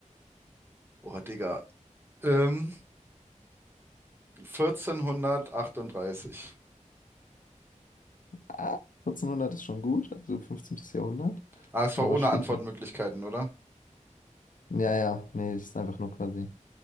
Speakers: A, on the right; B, on the left.
A: Oh, Digga. Ähm, 1438.
B: Ah, 1400 ist schon gut, also 15. Jahrhundert,
A: Ah, es
B: aber
A: war ohne
B: später.
A: Antwortmöglichkeiten, oder?
B: Ja, ja, nee, das ist einfach nur quasi